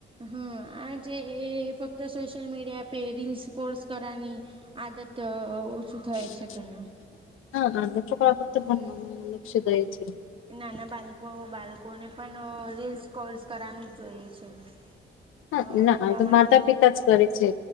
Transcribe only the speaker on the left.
<unintelligible>
હા
ના
હવે તો
માતા પિતા જ કરે છે